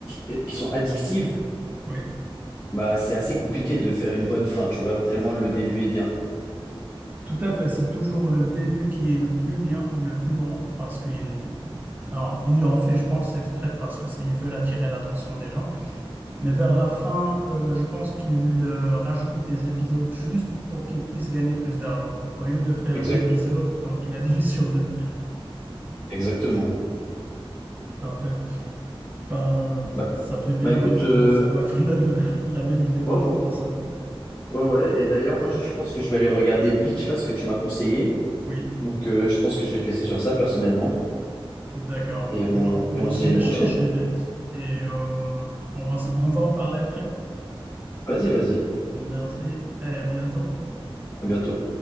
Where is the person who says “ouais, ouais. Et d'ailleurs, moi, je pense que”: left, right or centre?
Left